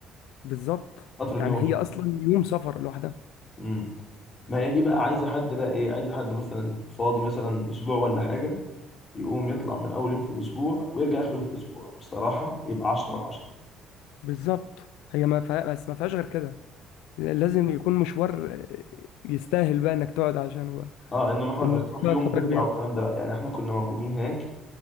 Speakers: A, on the left; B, on the left.
A: بالظبط
B: قطر النوم
A: يعني هي اصلا يوم سفر لوحدها
B: <laughs> امم ما هي دي بقى عايزه حد بقى ايه عايزه حد مثلا فاضي مثلا اسبوع ولا حاجه يقوم يطلع من اول يوم في الاسبوع ويرجع اخر يوم في الاسبوع بصراحه يبقى 10 على 10
A: بالظبط هي ما فيها بس ما فيهاش غير كده لازم يكون مشوار يستاهل بقى انك تقعد عشانه بقى
B: اه انما حوار
A: ان
B: انك تروح
A: تقعد
B: يوم
A: فتره
B: وترجع
A: كبيره
B: والكلام ده لا يعني احنا كنا موجودين هناك